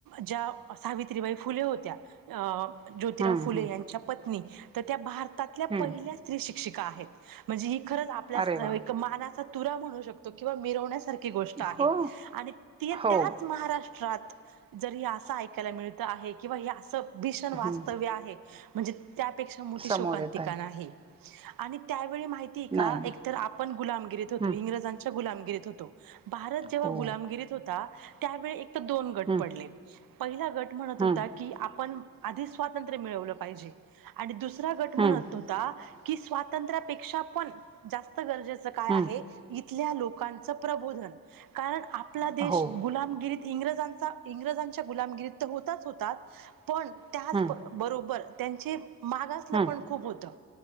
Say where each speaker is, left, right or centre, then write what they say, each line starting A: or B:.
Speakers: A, on the right; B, on the right.
A: ज्या सावित्रीबाई फुले होत्या अ ज्योतिराव
B: हम्म
A: फुले
B: हम्म
A: यांच्या पत्नी तर त्या भार तातल्या
B: हम्म
A: पहिल्या स्त्री शिक्षिका आहेत म्हणजे ही खरचं आपल्या
B: अरे वा
A: एक माना तुरा म्हणू शकतो किंवा मिरवण्यासारी गोष्ट आहे
B: हो
A: आणि त
B: हो
A: त्याच महाराष् ष्ट्रात जरी असं ऐकायला मिळत आहे. किंवा हे असं भीषण वास्तव्य
B: हम्म
A: आहे. म्हणजे त्यापेक्षा मोठी
B: समोर
A: शोकांतिका
B: येत आहे
A: नाही आणि त्या वेळी माहितीय का
B: नाही नाही
A: एक तर आपण गुलामगिरीत होतो
B: हम्म
A: इंग्रजांच्या गुलामगिरीत होतो. भारत जेव्हा
B: हो
A: गुलामगिरीत होता त्यावेळी एक तर दोन गट
B: हम्म
A: पडले. पहिला गट म्हणत
B: हम्म
A: होत्या की आपण स्वातंत्र्य मिळवल पाहिजे. आणि दुस सरा गट म्हणत
B: हम्म
A: होता की स्वातंत्र्यापेक्षा पण जास् स्त गरजेचं काय
B: हम्म
A: आहे इथल्या लोकांच प्रबोधन कारण आप आपला देश
B: हो
A: गुलामगिरीत इंग्रजांचा इंग्रजांच्या गुलामगिरीत तर होताच होतात पण त्याच
B: हम्म
A: बरोबर त्यांची मागासलं
B: हम्म
A: पण खूप होतं.